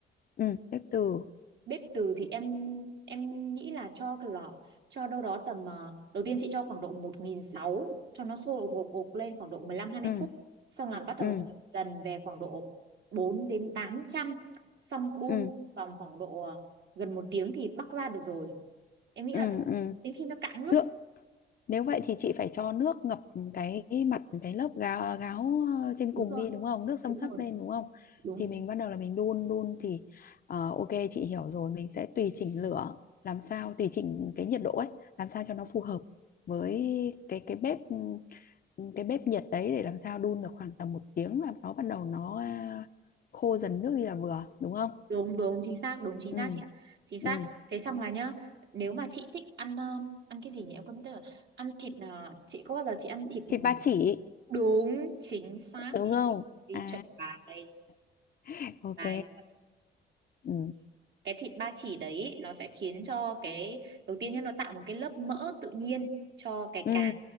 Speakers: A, on the left; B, on the right.
A: ừ bếp từ
B: bếp từ thì em em nghĩ là cho cái lọ cho đâu đó tầm ờ, đầu tiên chị cho khoảng độ một nghìn sáu trăm cho nó sôi gục gục lên khoảng độ mười lăm hai mươi
A: ừ
B: phút xong là bắt đầu
A: ừ
B: giảm dần về khoảng độ 4 đến tám trăm xong đun
A: ừ
B: vòng khoảng độ ờ, gần một tiếng thì bắc ra được rồi em nghĩ
A: ừ
B: là thế.
A: ừ
B: đến khi nó cạn nước
A: nước nếu vậy thì chị phải cho nước ngập cái mặt cái lớp gáo, gáo ờ, trên cùng
B: đúng rồi
A: đi đúng không nước xâm
B: đúng
A: xấp
B: rồi
A: lên đúng không
B: đúng
A: thì mình bắt đầu là mình đun đun thì ờ, ok chị hiểu rồi mình sẽ tùy chỉnh lửa làm sao tùy chỉnh cái nhiệt độ ấy làm sao cho nó phù hợp với cái cái bếp ừ, cái bếp nhiệt đấy để làm sao đun được khoảng tầm một tiếng là nó bắt đầu nó à, khô dần nước đi là vừa đúng không
B: đúng đúng chính xác đúng chính
A: ừ
B: xác chị ạ chính xác
A: ừ
B: thế xong là nhá nếu mà chị thích ăn ờ, ăn cái gì nhỉ em quên mất tên rồi ăn thịt ờ, chị có bao giờ chị ăn thịt
A: thịt ba chỉ
B: Đúng, chính xác
A: đúng
B: chị
A: không
B: đi
A: à
B: chuẩn bài đây
A: <laughs> ok
B: bài luôn.
A: ừ
B: Cái thịt ba chỉ đấy ý, nó sẽ khiến cho cái đầu tiên nhá nó tạo một cái lớp mỡ tự nhiên cho cái
A: ừ
B: cá